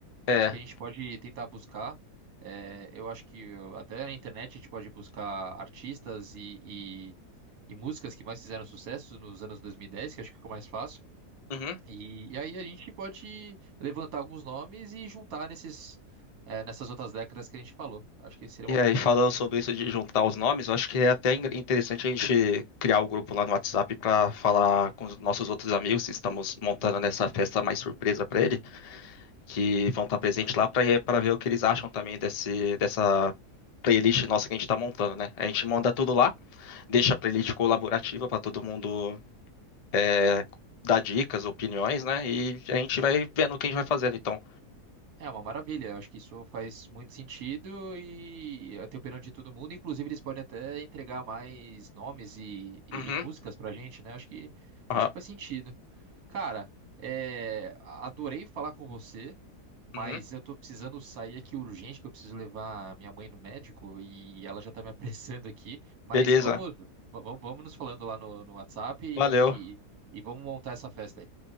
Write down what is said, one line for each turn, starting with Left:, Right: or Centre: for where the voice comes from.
Right: Eu
Left: É.
Right: acho que a gente pode tentar buscar. eh, eu acho que eu- até na internet a gente pode buscar artistas e, e, e músicas que mais fizeram sucesso nos anos 2010, que eu acho que fica mais fácil.
Left: Uhum.
Right: E, e aí a gente pode levantar alguns nomes e juntar nesses, eh, nessas outras décadas que a gente falou. Acho que seria
Left: E
Right: uma
Left: aí,
Right: boa ideia.
Left: falando sobre isso de juntar os nomes, eu acho que é até in- interessante a gente criar o grupo lá no WhatsApp para falar com os nossos outros amigos, se estamos montando nessa festa mais surpresa para ele, que vão estar presentes lá para para ver o que eles acham também desse, dessa playlist nossa que a gente está montando, né? A gente manda tudo lá, deixa a playlist colaborativa para todo mundo é, dar dicas, opiniões, né? E a gente vai vendo quem vai fazendo, então.
Right: É uma maravilha, eu acho que isso faz muito sentido e eu tenho opinião de todo mundo, inclusive eles podem até entregar mais nomes e, e,
Left: Uhum,
Right: e músicas pra gente, né? Acho que
Left: aham,
Right: acho que faz sentido. Cara, é, adorei falar com você, mas
Left: uhum.
Right: eu tô precisando sair aqui urgente, que eu preciso levar minha mãe no médico e ela já tá me <laughs> apressando aqui, mas
Left: Beleza,
Right: vamos vamos, vamos nos falando lá no, no WhatsApp e,
Left: valeu.
Right: e vamos montar essa festa aí.